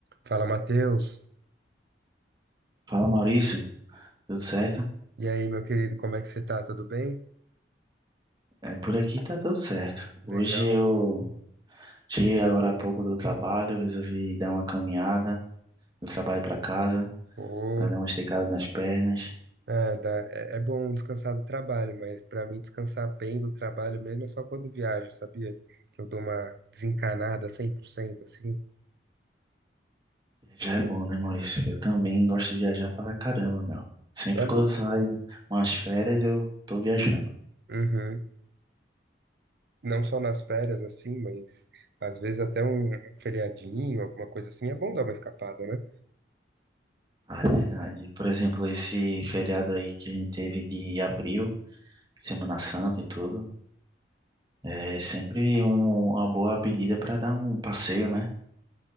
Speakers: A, on the right; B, on the right.
A: Fala, Matheus.
B: Fala Maurício, tudo certo?
A: E aí, meu querido, como é que você tá? Tudo bem?
B: É, por aqui tá tudo certo.
A: Legal,
B: Hoje eu
A: cara.
B: cheguei agora há pouco do trabalho, resolvi dar uma caminhada do trabalho para casa,
A: Pô,
B: para dar uma esticada nas pernas.
A: é, dá- é- é bom descansar do trabalho, mas pra mim descansar bem do trabalho mesmo é só quando viajo, sabia? Que eu dou uma desencanada 100%, assim.
B: Já é bom, né, Maurício? Eu também gosto de viajar pra caramba, meu. Sempre
A: É mesmo?
B: quando eu saio umas férias, eu tô viajando.
A: Uhum. Não só nas férias, assim, mas às vezes até um um feriadinho, alguma coisa assim, é bom dar uma escapada, né?
B: Ah, é verdade. Por exemplo, esse feriado aí que a gente teve de abril, Semana Santa e tudo, é sempre um- uma boa pedida para dar um passeio, né?